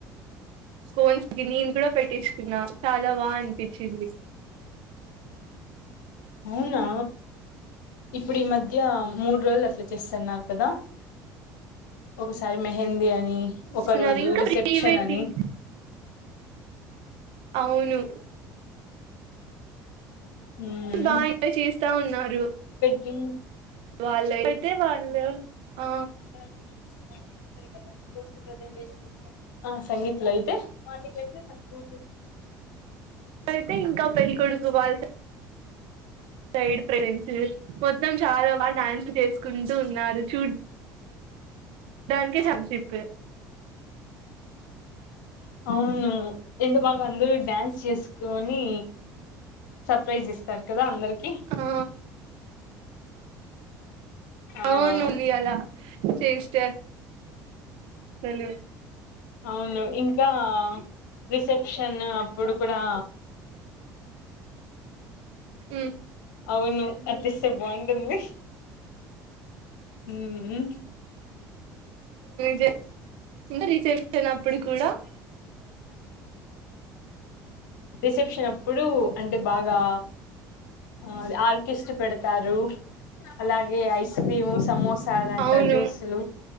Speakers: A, on the right (about 60°); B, on the left (about 70°).
A: కోన్స్ కి నేన్ కూడా పెట్టించుకున్నా చాలా బా అనిపించింది.
B: అవునా ఇప్పుడి ఈ మధ్య యా ఆ మూడు రోజులు అట్లా చేస్తున్నారు కదా ఒకసారి మెహందీ అని నీ ఒక
A: స్తున్నారు
B: రోజు
A: ఇంకా
B: రిసెప్షన్
A: ప్రీ వెడ్డింగ్
B: అని
A: అవును
B: మ్మ్
A: బాగా ఎంజాయ్ చేస్తా ఉన్నారు
B: ఇమ్
A: వాళ్ళ అయితే వాళ్ళు ఆ
B: సత్ అంతే కదా పోస్ట్ ప్రజెంటేషన్ ఆ సంగీత్ల అయితే వాటికి అయితే తక్కువ
A: అయితే ఇంకా పెళ్ళికొడుకు వాల్ సైడ్ ప్రెన్స్ మొత్తం చాలా బాగా డ్యాన్స్ చేసుకుంట ఉన్నారు చూ దానికినికి సంశయిప
B: అవును ఎంత బాగా అందరుూ డ్యాన్స్ చేసుకొని సర్ప్రైజ్ ఇస్తారు కదా అందరికి
A: ఆ
B: ఆ
A: అవునుంది అలా చేస్త తెలి
B: అవును ఇంకా రిసెప్షన్ అప్పుడు కూడా
A: అ
B: అవును అది ఇస్తే బాగుంటుంది హ
A: జ వచ్చినప్పుడు కూడా
B: ర శినప్పుడు అంటే బాగా అదే ఆర్కిస్ట్ర పెడతారు అలాగే ఐస్ ఐస్ క్రీము సమోసాలంటా
A: అవును
B: జ్యూస్లు